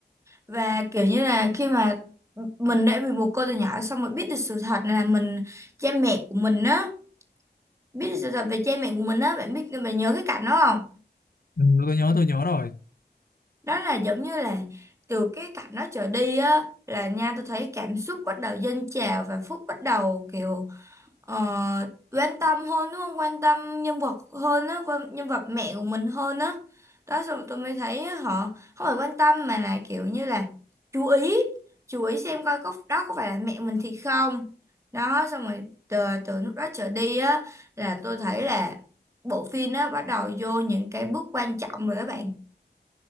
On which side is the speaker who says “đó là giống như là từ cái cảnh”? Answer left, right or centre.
Right